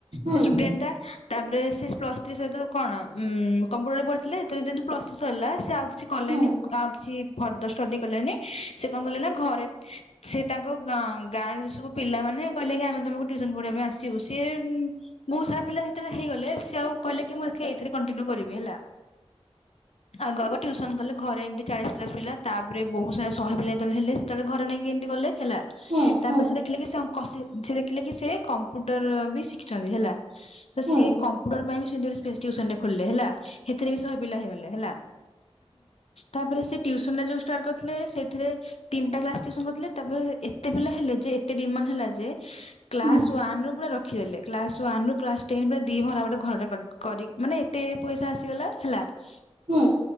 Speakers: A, on the right (about 80°); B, on the left (about 80°).
A: ହୁଁ
B: ସେ ଷ୍ଟୁଡେଣ୍ଟ୍ ଟା ତାପରେ ସେ ପ୍ଲସ ଥ୍ରୀ ସହିତ କଣ ଉ କମ୍ପ୍ୟୁଟରରେ ପଢିଥିଲେ ତ ଯି ପ୍ଲସ୍ ଥ୍ରୀ ସରିଲା ସେ ଆଉ କିଛି କଲେନି
A: ହୁଁ
B: ଆଉ କିଛି ଫର୍ଦର ଷ୍ଟଡି କଲେନି ସେ କଣ କଲେ ନା ଘରେ ସେ ତାଙ୍କ ଗଁ ଗାଁରେ ଜୋ ସବୁ ପିଲାମାନେ କହିଲେ କି ଆମେ ତମକୁ ଟୁୟୁସନ ପଢିବା ପାଇଁ ଆସିବୁ ସିଏ ବହୁ ସାର୍ ପିଲା ଯେତେବେଳେ ହେଇଗଲେ ସେ ଆଉ କହିଲେ କି ମୁଁ ଦେଖିବା ଏଇଥିରେ କଣ୍ଟିନ୍ୟୁ କରିବି ହେଲା ଆଗ ଆଗ ଟ୍ୟୁସନ କଲେ ଘରେ ଏମିତି ଚାଳିଶ ପ୍ସ ପିଲ ଆଗ ଆଗ ଟିଉସନ କଲେ ଘରେ ଏମିତି ଚାଲିସ ପଚାଶ ପିଲା ଟା ପରେ ବହୁତ ସାରା ଶହେ ପିଲା ଯେତେବେଳେ ହେଲେ ସେତେବେଳେ ଘର ନେଇକି ଏମିତି କଲେ ହେଲା
A: ହୁଁ
B: ତାପରେ
A: ହୁଁ
B: ସେ ଦେଖିଲେ କି ସେ ଆଙ୍କ କଷି ସେ ଦେଖିଲେ କି ସେ କମ୍ପ୍ୟୁଟର ବି ଶିଖିଚନ୍ତି ହେଲା ତ
A: ହୁଁ
B: ସିଏ କମ୍ପ୍ୟୁଟର ପାଇଁ ବି ସେମିତି ଗୋଟେ ଟିଉସନ୍ ଖୋଲିଲେ ହେଲା। ସେଥିରେ ବି ଶହେ ପିଲା ହେଇଗଲେ ହେଲା। ତାପରେ ସେ ଟିଉସନ୍ ଟା ଯୋଉ ଷ୍ଟାର୍ଟ କରିଥିଲେ ସେଥିରେ ତିନିଟା କ୍ଲାସ ଟିଉସନ୍ କରୁଥିଲେ। ତାପରେ ଏତେ ପିଲା ହେଲେ ଯେ ଏତେ ଡିମାଣ୍ଡ ହେଲା ଯେ କ୍ଲାସ
A: ହୁଁ
B: ୱାନ ରୁ ପୁରା ରଖିଦେଲେ। କ୍ଲାସ ୱାନ ରୁ କ୍ଲାସ ଟେନ୍ ପୁରା ଦି ମହଲା ଗୋଟେ ଘରଟେ କରି କରିକି ମାନେ ଏତେ ପଇସା ଆସିଗଲା ହେଲା। <inaudible>
A: ହୁଁ।